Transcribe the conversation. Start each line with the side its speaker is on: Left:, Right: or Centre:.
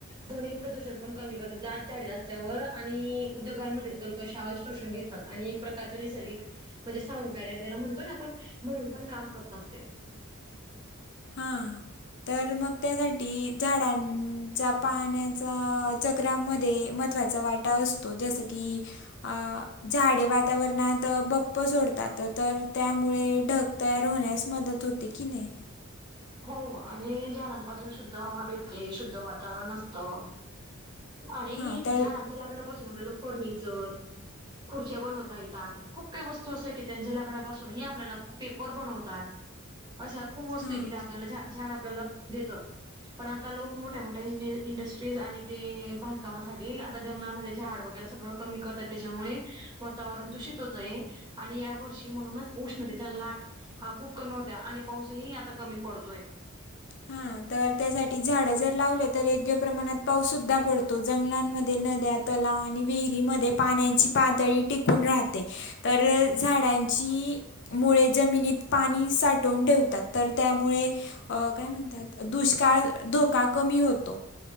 Right: ध्वनी प्रदूषण पण कमी करतेे दाट झाडे रस्त्यावर आणि उद्योग <unintelligible> कर्कश आवाज शोषून घेतात आणि एक प्रकारच्या नैसर्गिक म्हणजे साऊंड बॅरियर ज्याला म्हणतो ना आपण म्हणून पण काम करतात ते
Left: हा तर मग त्यासाठी झाडांचा पाण्याचा चक्रामध्ये महत्त्वाचा वाटा असतो जसं की झाडे वातावरणात बप्प सोडतात तर त्यामुळे ढग तयार होण्यास मदत होते की नाही
Right: हो आणि झाडांपासून शुद्ध हवा भेटते शुद्ध वातावरण असतं. आणि
Left: हां तर
Right: झाडांच्या लाकडापासून आपल्याला फर्निचर, खुर्च्या बनवता येतात खूप काही वस्तू असंय की त्यांच्या लाकडपासून हे आपल्याला पेपर बनवतात. अशा खूप वस्तू
Left: हां
Right: आहे कि त्या आपल्याला झा झाड आपल्याला देतं पण आता लोक मोठ्या मोठ्या इंड इंडस्ट्रीज आणि ते बांधकामासाठी आता जंगलामध्ये झाड वगैरे सगळं कमी करतात त्याच्यामुळे वातावरण दूषित होतंय आणि या वर्षी म्हणूनच उष्णतेचा लाट हा खूप कमी होता आणि पाऊसही आता कमी पडतोय
Left: हा तर त्यासाठी झाड जर लावले तर योग्य प्रमाणात पाऊस सुद्धा पड तो. जंगलांमध्ये नद्या तलाव आणि विहिरीमध्ये पाण्याची पातळी टिकून राहते तर झाडांची मुळे जमिनीत पाणी साठवून ठेवतात तर त्यामुळे अं काय म्हणतात दुष्काळ धोका कमी होतो